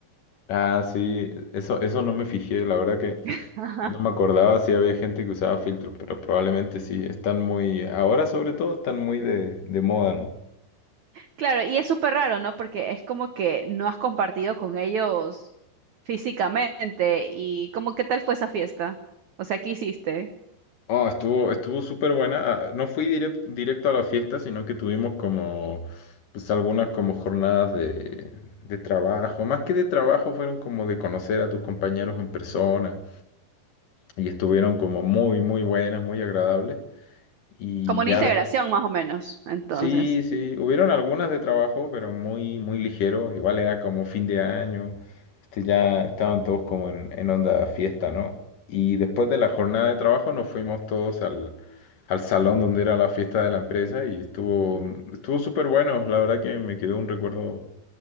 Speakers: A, on the left; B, on the right.
A: Ah, sí, eso, eso no me fijé, la verdad que
B: <laughs> Ajá.
A: no me acordaba si había gente que usaba filtros, pero probablemente sí, están muy, ahora sobre todo están muy de, de moda, ¿no?
B: Claro, y es súper raro, ¿no? Porque es como que no has compartido con ellos físicamente y como qué tal fue esa fiesta. O sea, ¿qué hiciste?
A: Oh, estuvo, estuvo súper buena. Ah, No fui direc- directo a la fiesta, sino que tuvimos como, pues algunas como jornadas de, de trabajo. Más que de trabajo, fueron como de conocer a tus compañeros en persona. Y estuvieron como muy, muy buenas, muy agradables. Y
B: Como una
A: ya
B: integración más o menos, entonces.
A: Sí, sí, hubieron algunas de trabajo, pero muy, muy ligero. Igual era como fin de año, este, ya estaban todos como en, en onda fiesta, ¿no? Y después de la jornada de trabajo nos fuimos todos al, al salón donde era la fiesta de la empresa y estuvo, estuvo súper bueno. La verdad que me quedó un recuerdo,